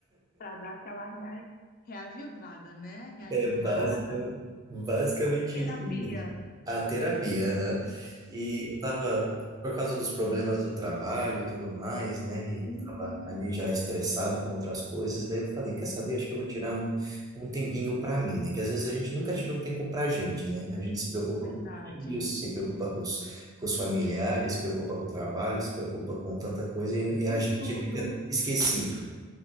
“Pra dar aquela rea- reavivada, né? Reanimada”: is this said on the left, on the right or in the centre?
Left